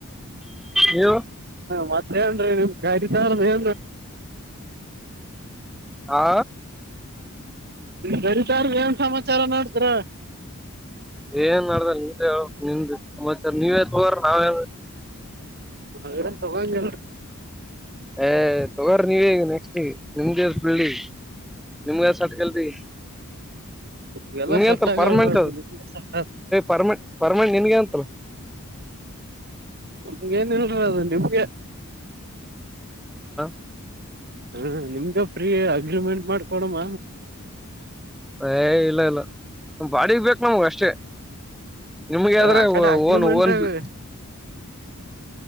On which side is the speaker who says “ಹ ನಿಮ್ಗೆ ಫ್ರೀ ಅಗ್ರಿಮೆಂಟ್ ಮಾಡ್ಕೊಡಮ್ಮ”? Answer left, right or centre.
Right